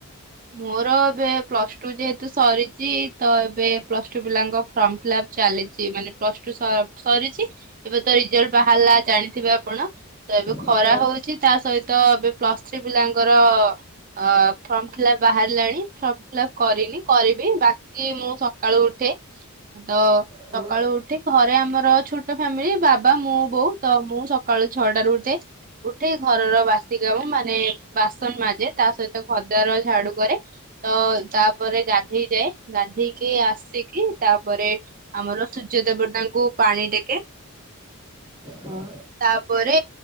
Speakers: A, on the right; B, on the right.
A: ମୋର ଏବେ ପ୍ଲସ ଟୁ ଯେହେତୁ ସରିଚି ତ ଏବେ ପ୍ଲସ ଟୁ ପିଲାଙ୍କ ଫର୍ମ ଫିଲ ଅପ ଚାଲି ଚି ମାନେ ପ୍ଲସ ଟୁ ସ-ସରିଚି ଏବେ ତ ରିଜଲ୍ଟ ବାହାରିଲା ଜାଣିଥିବେ ଆପଣ। ତ ଏବେ ଖରା
B: ହଁ
A: ହଉଚି ତା ସହିତ ଏବେ ପ୍ଲସ ଥ୍ରୀ ପିଲାଙ୍କର ଅ ଫର୍ମ ଥିଲା ବାହାରିଲାଣି ଫର୍ମ ଫିଲପ କରିନି କରିବି ବାକି ମୁଁ ସକାଳୁ ଉଠେ। ତ
B: ହଁ
A: ସକାଳୁ ଉଠେ ଘରେ ଆମର ଛୋଟ ଫ୍ୟାମିଲି ବାବା ମୁଁ ବୋଉ ତ ମୁଁ ସକାଳୁ ଛଅଟାରୁ ଉଠେ। ଉଠେଇ ଘରର ବାସି କାମ ମାନେ ବାସନ ମାଜେ ତା ସହିତ ଘଦ୍ଵାର ଝାଡୁ କରେ। ତ ତାପରେ ଗାଧେଇ ଯାଏ ଗାଧେଇକି ଆସିକି ତାପରେ ଆମର ସୂର୍ଯ୍ୟ ଦେବତାଙ୍କୁ ପାଣି ଟେକେ।
B: ହଁ।
A: ତାପରେ